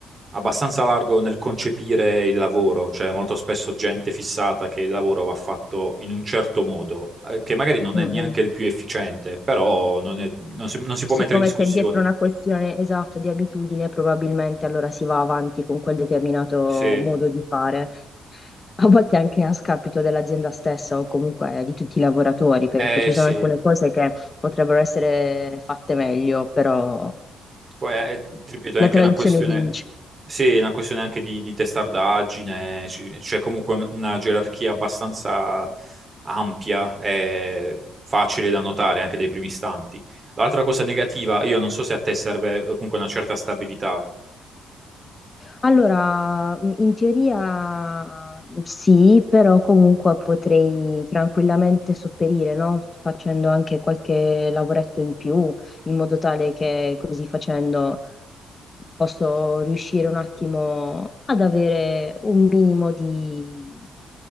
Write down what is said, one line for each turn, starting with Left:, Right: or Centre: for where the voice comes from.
Right: abbastanza largo nel concepire il lavoro. Cioè, molto spesso gente fissata che il lavoro va fatto in un certo modo, eh, che magari non
Left: Mm,
Right: è neanche
Left: mm.
Right: il più efficiente, però non è- non si non si può
Left: Siccome
Right: mettere in discussione.
Left: c'è dietro una questione esatta di abitudine, probabilmente allora si va avanti con quel determinato
Right: Sì.
Left: modo di fare. <laughs> A volte anche a scapito dell'azienda stessa o comunque di tutti i lavoratori, perché
Right: Eh
Left: ci sono
Right: sì,
Left: alcune cose che potrebbero essere fatte meglio, però
Right: poi è, ti ripeto, è
Left: la
Right: anche
Left: tradizione
Right: una questione,
Left: vince.
Right: sì, è una questione anche di, di testardaggine, ci- c'è comunque una gerarchia abbastanza ampia e facile da notare anche dai primi istanti. L'altra cosa negativa, io non so se a te serve eh, comunque una certa stabilità
Left: Allora, in teoria sì, però comunque potrei tranquillamente sopperire, no? Facendo anche qualche lavoretto in più, in modo tale che così facendo posso riuscire un attimo ad avere un minimo di